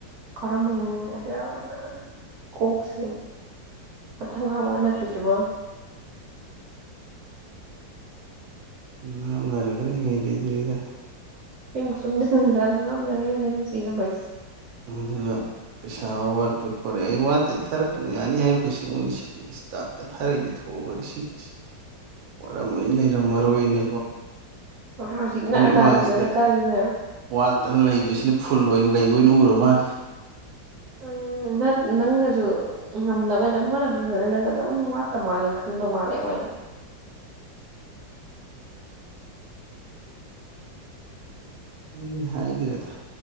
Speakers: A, on the right; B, on the right.
A: ꯀꯔꯝꯕꯩꯅꯅꯤ ꯃ ꯑꯗꯨ ꯌꯥꯝꯝꯅ ꯀꯣꯛꯁꯦ ꯃꯊꯪꯈꯥꯛ ꯑꯣꯟꯅ꯭ꯣꯏꯁꯤꯕꯣ
B: ꯝꯅꯔꯒ ꯍꯗꯤꯗꯔꯤꯗ
A: ꯁꯁꯤꯡ ꯁꯪꯖꯝꯅꯔꯦꯅꯨꯡ ꯁꯤꯅ ꯩ
B: ꯑꯗꯨꯒ ꯄꯩꯁꯥ ꯋꯥꯠꯄꯩ ꯈꯔꯦ ꯑꯩ ꯋꯥꯠꯩ ꯊꯥꯔꯛꯇꯅ ꯌꯥꯅꯤ ꯍꯥꯏꯕꯒ ꯁꯤꯉꯣꯟꯗ ꯏꯁꯇꯥꯛꯀ ꯊꯥꯔꯛꯏ ꯊꯣꯛꯑꯒꯗꯤꯁꯤꯡ ꯋꯥꯔꯝ ꯑꯅꯤ ꯂꯩꯔꯝꯃꯔꯣꯏꯅ
A: ꯍꯧꯖꯤꯛ ꯅꯛꯑꯀꯥꯟꯁꯤꯗꯅ
B: ꯃꯃꯥꯡꯁꯤꯗ
A: ꯀꯔꯤꯅꯣ
B: ꯋꯥꯠꯇꯅ ꯂꯩꯕꯁꯤꯅ ꯐꯨꯜ ꯑꯣꯏꯅ ꯂꯩꯕ ꯑꯣꯏꯅ ꯎꯔ ꯃꯥꯜꯂꯜꯂꯤ
A: ꯎꯝ ꯅꯪꯅꯁꯨ ꯉꯝꯅꯕ ꯑꯗꯨꯝ ꯍꯣꯠꯅꯕꯗꯨꯗꯅ ꯅꯪꯒ ꯑꯗꯨꯝ ꯋꯥꯠꯇ ꯃꯥꯜꯂꯦ ꯈꯟꯕ ꯃꯥꯜꯂꯦ ꯃꯣꯏꯅ
B: ꯑꯩ ꯍꯥꯏꯈ꯭ꯔꯦꯗ